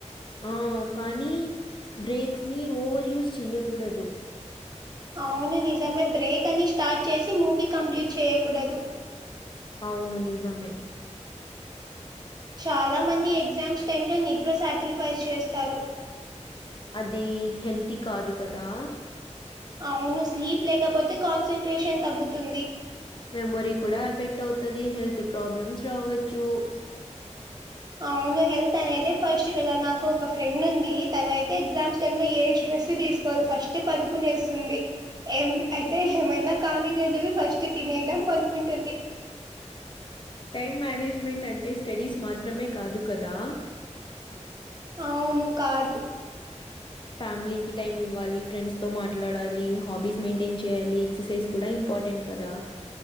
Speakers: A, on the left (about 40°); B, on the right (about 35°).
A: ఆ కానీ బ్రేక్స్ ని ఓవర్ యూస్ చెయ్యకూడదు
B: అవును నిజమే బ్రేక్ అని స్టార్ట్ చేసి మూవీ కంప్లీట్ చేయకూడదు
A: అవును నిజమే
B: చాలా మంది ఎగ్జామ్స్ టైం లో నిద్ర సాక్రిఫైస్ చేస్తారు
A: అది హెల్తీ కాదు కదా
B: అవును స్లీప్ లేకపోతే కాన్సంట్రేషన్ తగ్గుతుంది
A: మెమొరీ కూడా ఎఫెక్ట్ అవుతది హెల్త్ ప్రాబ్లమ్స్ రావచ్చు
B: అవును హెల్త్ అనేది ఫస్ట్ కదా నాకు ఒక ఫ్రెండ్ ఉంది తను అయితే ఎగ్జామ్స్ టైమ్ లో ఏ స్ట్రెస్ తీసుకోదు ఫస్ట్ పనుకునేస్తుంది ఎం అయితే ఏమైనా కానీ లే అని చెప్పి ఫస్ట్ తినేయడం పనుకుంటుంది
A: టైం మేనేజ్మెంట్ అంటే స్టడీస్ మాత్రమే కాదు కదా
B: అవును కాదు
A: ఫ్యామిలీకిి టైమ్ ఇవ్వాలి ఫ్రెండ్స్ తో మాట్లాడాలి హాబీస్ మెయింటైన్ చేయాలి ఎక్సర్సైజ్ కూడా ఇంపార్టెంట్ కదా